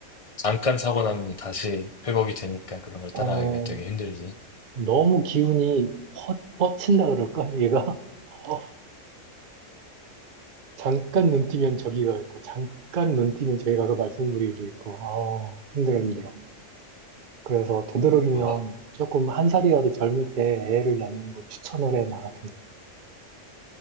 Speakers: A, on the left; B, on the right.
A: 잠깐 사고 나면 다시 회복이 되니까 그런 걸 따라하기가
B: 어,
A: 되게 힘들지.
B: 너무 기운이 퍼, 퍼친다 그럴까? 얘가? <laughs> 어, 잠깐 눈 뜨면 저기 가 있고, 잠깐 눈 뜨면 저기 가서 말썽 부리고 있고, 아 힘들어, 힘들어. 그래서 되도록이면
A: 아마,
B: 조금 한 살이라도 젊을 때 애를 낳는 걸 추천을 해, 나 같은 경우는.